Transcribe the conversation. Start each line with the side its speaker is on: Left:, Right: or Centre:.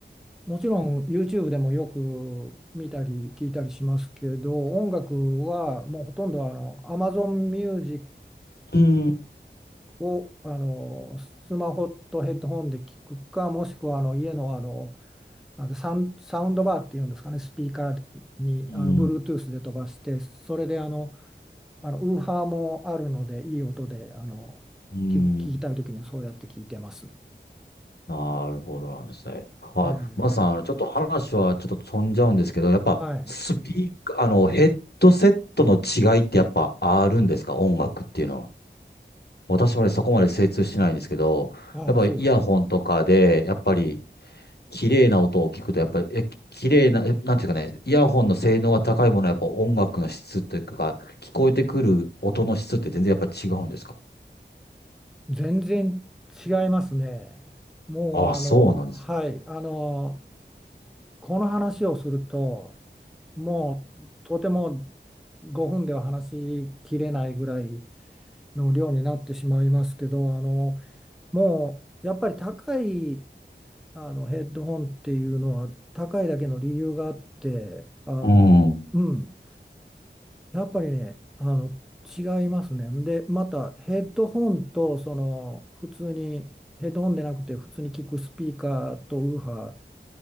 Centre: もちろん YouTube でもよく見たり聞いたりしますけど、音楽はもうほとんどあの Amazon Music
Left: うん。
Centre: をあのスマホとヘッドホンで聞くか、もしくはあの家の、あの、なんサウン、サウンドバーっていうんですかね、スピーカーにあの
Left: うん。
Centre: Bluetooth で飛ばして、それであの、あのウーハーもあるので、いい音であの聞く、
Left: うん。
Centre: 聞きたいときにそうやって聞いてます。
Left: なるほどなんですね。あ、
Centre: ええ
Left: まずさん、あのちょっと話はちょっと飛んじゃうんですけど、やっぱスピーカー、
Centre: はい。
Left: あの、ヘッドセットの違いってやっぱあるんですか音楽っていうのは。私もね、そこまで精通してないんですけど、
Centre: ああ、
Left: やっぱイヤホンとかで、
Centre: そうですか。
Left: やっぱり綺麗な音を聞くと、やっぱり、え、綺麗な、えなんていうかね、イヤホンの性能が高いものはやっぱ音楽の質というか、聞こえてくる音の質って全然やっぱ違うんですか
Centre: 全然違いますね。もうあの、
Left: あ、そうなんですね。
Centre: はい、あの、この話をすると、もうとても5分では話しきれないぐらいの量になってしまいますけど、あの、もうやっぱり高いあのヘッドホンっていうのは高いだけの理由があって、あの、
Left: うん。
Centre: うん。やっぱりね、あの、違いますね。で、またヘッドホンと、その、普通に、ヘッドホンでなくて、普通に聞くスピーカーとウーハ